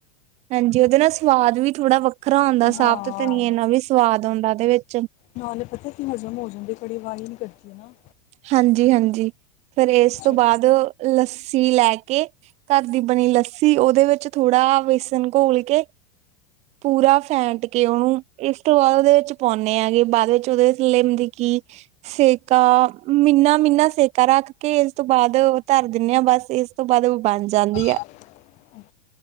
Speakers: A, on the right (about 35°); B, on the left (about 40°).
A: ਹਾਂਜੀ ਓਦੇ ਨਾਲ ਸਵਾਦ ਵੀ ਥੋੜਾ ਵੱ ਖਰਾ ਆਓਂਦਾ
B: ਹਾਂ
A: ਸਾਬਤ ਧਨੀਏ ਨਾ ਵੀ ਸਵਾਦ ਆਉਂਦਾ ਓਦੇ ਵਿੱਚ।
B: ਨਾਲੇ ਪਤਾ ਕੀ ਹਜ਼ਮ ਹੋ ਜਾਂਦੀ ਕੜੀ ਵਾਈ ਨੀ ਕਰਦੀ ਏ ਨਾ।
A: ਹਾਂਜੀ-ਹਾਂਜੀ ਫਿਰ ਇਸ
B: ਅੱਛਾ
A: ਤੋਂ ਬਾਦ ਲੱਸੀ ਲੈ ਕੇ ਘਰ ਦੀ ਬਣੀ ਲੱਸੀ ਓਦੇ ਵਿੱਚ ਥੋੜਾ ਵੇਸਣ ਘੋਲ ਕੇ ਪੂਰਾ ਫੈਂਟ ਕੇ ਓਨੂੰ ਇਸ ਤੋਂ ਬਾਦ ਓਦੇ ਚ ਪਓਨੇ ਆ ਕਿ ਬਾਦ ਚ ਓਦੇ ਵਿੱਚ ਲਿਮ ਵੀ ਕਿ ਸੇਕਾ ਮਿਨਾ-ਮਿਨਾ ਸੇਕਾ ਰੱਖ ਕੇ ਇਸ ਤੋਂ ਬਾਦ ਧਰ ਦਿਨੇ ਆ ਬਸ ਇਸ ਤੋਂ ਬਾਦ ਓ ਬਨ ਜਾਂਦੀ ਆ।
B: <inaudible>